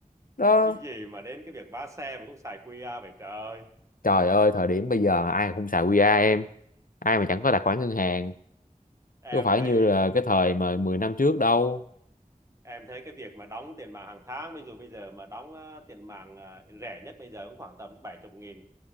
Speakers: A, on the left (about 80°); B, on the right (about 20°).
A: đó
B: cái gì mà đến cái việc vá xe mà cũng xài QR vậy trời
A: trời ơi thời điểm bây giờ ai mà không xài QR em ai mà chẳng có tài khoản ngân hàng
B: em
A: chứ không phải
B: thấy
A: như là cái thời mà 10 năm trước đâu
B: em thấy cái việc mà đóng tiền mạng hàng tháng bây giờ bây giờ mà đóng ờ, tiền mạng ờ, rẻ nhất bây giờ cũng khoảng tầm 70 nghìn